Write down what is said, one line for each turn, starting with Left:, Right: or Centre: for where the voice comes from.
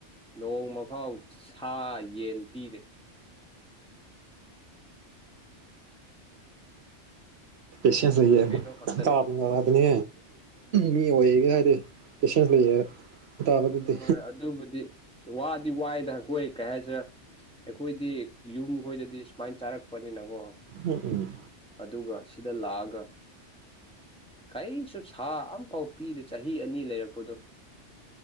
Centre: ꯅꯣꯡꯃꯐꯥꯎ ꯁꯥ ꯌꯦꯟ ꯄꯤꯔꯦ
Right: ꯄꯦꯁꯦꯟꯁ ꯂꯩ
Centre: ꯀꯩꯅꯣ ꯈꯛꯇꯅꯦ
Right: ꯊꯥꯞ ꯃꯒꯔꯗꯅꯦ ꯃꯤ ꯑꯣꯏꯌꯦꯒꯦ ꯍꯥꯏꯗꯤ ꯄꯦꯁꯦꯟꯁ ꯂꯩꯌꯦ ꯇꯥꯕꯗꯨꯗꯤ
Centre: ꯍꯣꯏꯣꯏ ꯑꯗꯨꯕꯨꯗꯤ ꯋꯥꯗꯤ ꯋꯥꯏꯗꯈꯣꯏ ꯀꯩ ꯍꯥꯏꯁꯤꯔꯥ ꯑꯩꯈꯣꯏꯗꯤ ꯌꯨꯝ ꯈꯣꯏꯗꯗꯤ ꯁꯨꯃꯥꯏꯅ ꯆꯥꯔꯛꯄꯅꯤꯅꯀꯣ
Right: ꯎꯝ ꯎꯝ
Centre: ꯑꯗꯨꯒ ꯁꯤꯗ ꯂꯥꯛꯑꯒ ꯀꯔꯤꯁꯨ ꯁꯥ ꯑꯝꯐꯥꯎ ꯄꯤꯗꯦ ꯆꯍꯤ ꯑꯅꯤ ꯂꯩꯔꯛꯄꯗꯣ